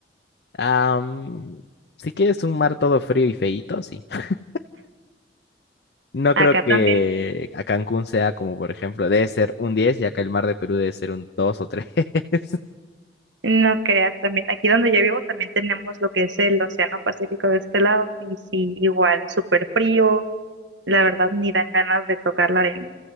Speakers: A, on the left; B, on the right.
A: Am, si quieres un mar todo frío y feíto, sí. <laughs> No
B: Acá
A: creo
B: también,
A: que a Cancún sea como, por ejemplo, debe ser un 10, y acá el mar de Perú debe ser un 2 o tres. <laughs>
B: no creas también. Aquí donde yo vivo también tenemos lo que es el Océano Pacífico de este lado y sí, igual, súper frío. La verdad, ni dan ganas de tocar la arena.